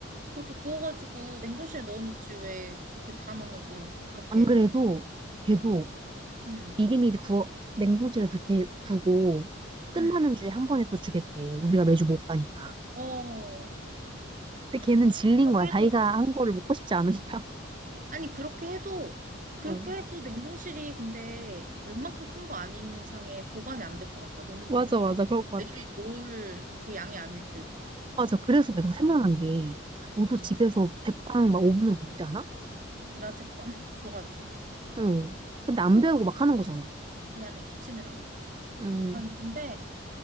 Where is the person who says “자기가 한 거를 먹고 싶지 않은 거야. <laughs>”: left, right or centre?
Right